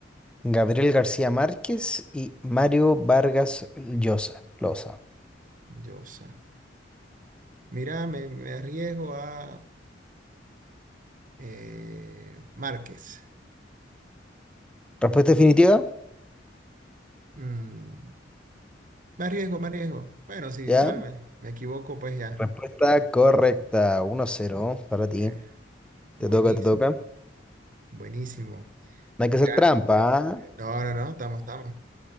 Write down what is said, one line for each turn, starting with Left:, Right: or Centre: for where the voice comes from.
Centre: Gabriel García Márquez y Mario Vargas Llosa. Loza.
Right: Llosa. Mira, me, me arriesgo a eh, Márquez.
Centre: ¿Respuesta definitiva?
Right: Mm, me arriesgo, me arriesgo. Bueno, si igual
Centre: Ya.
Right: me, me equivoco, pues ya.
Centre: Respuesta correcta. Uno cero para ti.
Right: Eh, buenísimo,
Centre: Te toca, te toca. No
Right: buenísimo.
Centre: hay
Right: Mira,
Centre: que hacer trampa. ¿ah?
Right: eh, no, no, no, estamos, estamos.